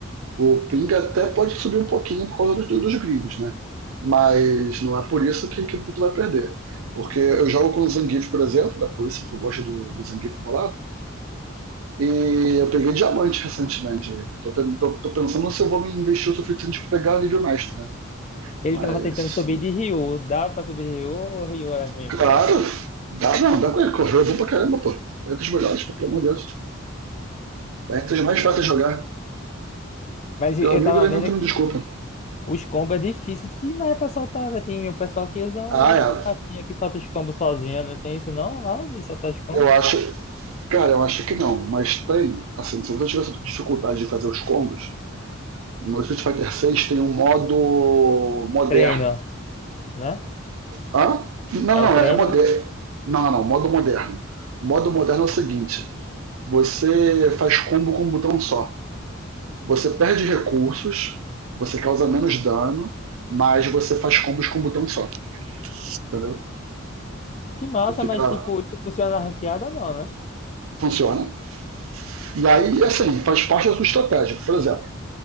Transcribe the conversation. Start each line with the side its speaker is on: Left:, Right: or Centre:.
Right: o Ping até pode subir um pouquinho por causa dos, dos gringos, né? Mas não é por isso que, que tu vai perder. Porque eu jogo com o Zangief, por exemplo, da polícia que eu gosto do, do Zangief bolado, E eu peguei diamante recentemente. aí. Tô, ten- tô- tô pensando se eu vou me investir o suficiente pra pegar nível mestre, né?
Left: Ele
Right: Mas,
Left: tava tentando subir de Ryu. Dá pra subir de Ryu ou Ryu é ruim
Right: claro,
Left: mesmo?
Right: dá não, dá pra correr, bom pra caramba, pô. É entre os melhores, pô, pelo amor de Deus. É entre os mais fáceis de jogar.
Left: Mas
Right: Teu
Left: eu
Right: amigo
Left: tava
Right: deve
Left: vendo
Right: entrando,
Left: que
Right: desculpa.
Left: os combos é difícil demais pra soltar. né? Tem o pessoal que usa umas
Right: Ah, é.
Left: trapacinhas que solta os combos sozinho. Não tem isso não? Lá de soltar os combos?
Right: Eu acho. Cara, eu acho que não, mas tem. Assim, se você tivesse dificuldade de fazer os combos, no Street Fighter 6 tem um modo moderno.
Left: Treino, né?
Right: Hã? Não,
Left: É
Right: não,
Left: o treino,
Right: é moderno.
Left: né?
Right: Não, não, não, modo moderno. O modo moderno é o seguinte: Você faz combo com um botão só. Você perde recursos, você causa menos dano, mas você faz combos com um botão só, entendeu?
Left: Que massa,
Right: Então fica.
Left: mas tipo, isso funciona na ranqueada não, né?
Right: Funciona. E aí, assim, faz parte da sua estratégia. Por exemplo,